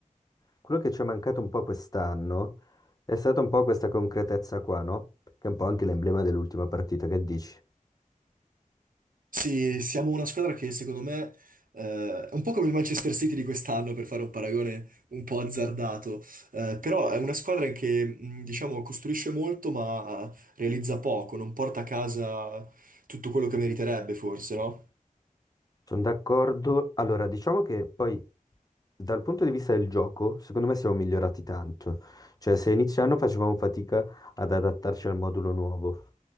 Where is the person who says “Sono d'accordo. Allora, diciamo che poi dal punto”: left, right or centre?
Left